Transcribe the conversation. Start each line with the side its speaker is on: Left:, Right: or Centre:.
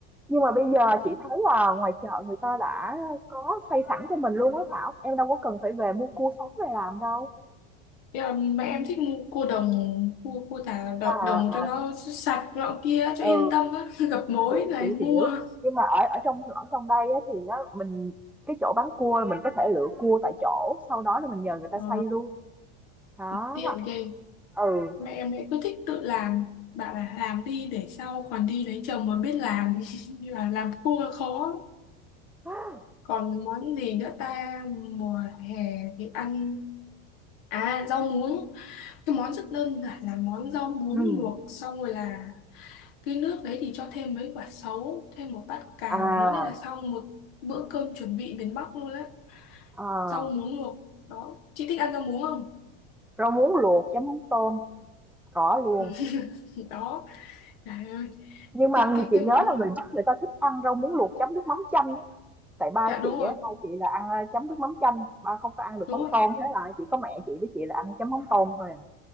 Centre: nhưng mà bây giờ chị thấy là ngoài chợ người ta đã có xây sẵn cho mình luôn á Thảo. Em đâu có cần phải về mua cua sống về làm đâu.
Left: nhưng mà mẹ em thích mua cua đồng cua cua thả đồng,
Centre: À,
Left: đồng
Centre: mà
Left: cho nó sạch nọ kia cho
Centre: ừ,
Left: yên tâm á <laughs> gặp mối
Centre: thì,
Left: này
Centre: chị
Left: mua
Centre: hiểu. Nhưng mà ở ở trong ở trong đây á, thì nó mình cái chỗ bán cua là mình có thể lựa cua tại chỗ, sau đó là mình nhờ người ta
Left: ờ,
Centre: xay luôn. Đó.
Left: tiện ghê
Centre: Ừ.
Left: mẹ em ấy cứ thích tự làm bảo là làm đi để sau còn đi lấy chồng mà biết làm <laughs> như là làm cua khó
Centre: <gasps>
Left: còn món gì nữa ta mùa hè thì ăn à rau muống cái món rất đơn giản là món rau muống
Centre: Ừ.
Left: luộc xong rồi là cái nước đấy thì cho thêm mấy quả sấu thêm một bát cà
Centre: À,
Left: vào nữa đấy là xong một bữa cơm chuẩn bị miền Bắc luôn đấy
Centre: à,
Left: rau muống luộc đó chị thích ăn rau muống không
Centre: rau muống luộc chấm mắm tôm có luôn
Left: <laughs> đó trời ơi
Centre: nhưng mà
Left: cái
Centre: như
Left: cái
Centre: chị
Left: cái
Centre: nhớ
Left: món
Centre: là người Bắc người ta thích ăn rau muống luộc chấm nước mắm chanh á. tại ba
Left: dạ đúng
Centre: chị
Left: rồi
Centre: á ba chị là ăn ờ, chấm nước mắm chanh ba không có ăn được
Left: đúng
Centre: mắm
Left: rồi
Centre: tôm thế là chỉ có mẹ chị với chị là ăn chấm mắm tôm thôi à